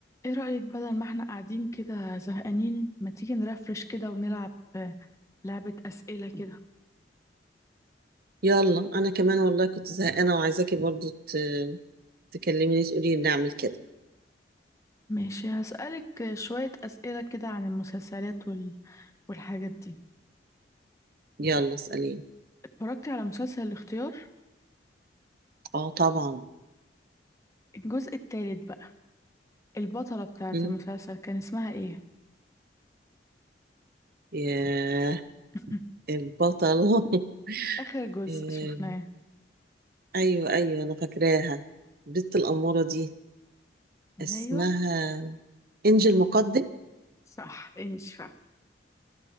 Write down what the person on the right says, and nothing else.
يلا انا كمان والله كنت زهقانه وعايزاكي برضو ت... تكلميني تقولي لي نعمل كده
يلا اساليني
اه طبعا
مم.
ياه
البطله <laughs>
آم،
ايوه ايوه انا فاكراها البت الاموره دي اسمها
انجل مقدم